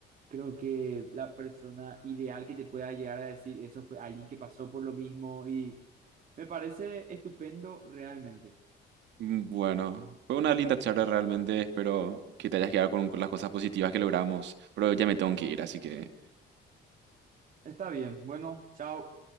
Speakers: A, on the right; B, on the right.
A: Creo que la persona ideal que te pueda llegar a decir eso fue alguien que pasó por lo mismo y me parece estupendo realmente.
B: Mm, Bueno, fue una linda charla realmente. Espero que te hayas quedado con las cosas positivas que logramos, pero ya me tengo que ir, así que
A: Está bien, bueno, chao.